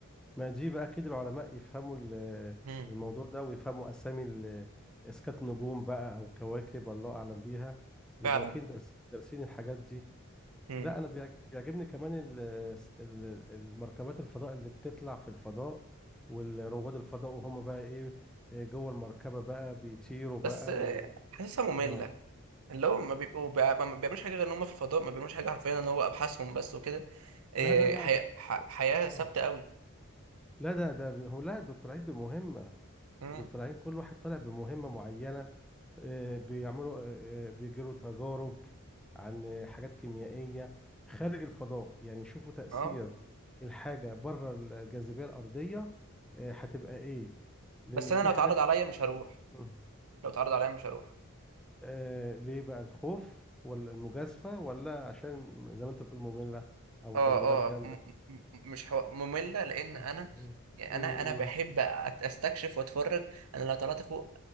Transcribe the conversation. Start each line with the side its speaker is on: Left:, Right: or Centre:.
Centre: ما دي بقى كده العلماء يفهموا ال-
Right: امم
Centre: الموضوع ده ويفهموا أسامي ال- إسكات نجوم بقى أو كواكب الله أعلم بيها بيبقوا
Right: فعلا
Centre: أكيد درس دارسين الحاجات دي
Right: امم
Centre: لا أنا بيعج- بيعجبني كمان ال- ال- المركبات الفضاء اللي بتطلع في الفضاء والرواد الفضاء وهم بقى إيه إيه جوه المركبة بقى بيطيروا بقى
Right: بس آه،
Centre: و
Right: حاسسها ممله
Centre: آه
Right: اللي هو ما بيبقوا بيع- ما ما بيعملوش حاجه غير ان هم في الفضاء ما بيعملوش حاجه حرفيا ان هو ابحاثهم بس وكده إيه
Centre: لا لا لا
Right: حياه
Centre: ده
Right: ح- حياه ثابته
Centre: آه
Right: قوي
Centre: لا ده ده هو لا دول طالعين بمهمة
Right: امم
Centre: دول طالعين كل واحد طالع بمهمة معينة آه، بيعملوا آه، آه، بيجروا تجارب عن آه، حاجات كيميائية خارج الفضاء يعني شوفوا تأثير
Right: اه
Centre: الحاجة بره الجاذبية الأرضية آه، هتبقى إيه لأن
Right: بس
Centre: في
Right: انا لو اتعرض
Centre: حاجات
Right: عليا مش هروح
Centre: مم.
Right: لو اتعرض عليا مش هروح
Centre: آه، ليه بقى الخوف ولا المجازفة ولا عشان زي ما أنت بتقول مملة أو
Right: اه
Centre: تدريبات جامدة
Right: اه م- م- مش حو... مملة لأن
Centre: مم.
Right: أنا
Centre: مم.
Right: يعني أنا أنا
Centre: مم.
Right: بحب أت- أستكشف وأتفرج أنا لو طلعت فوق